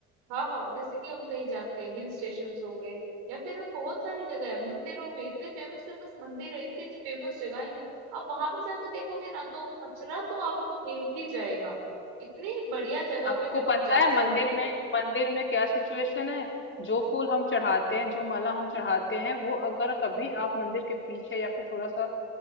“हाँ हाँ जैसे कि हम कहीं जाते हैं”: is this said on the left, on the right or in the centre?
Right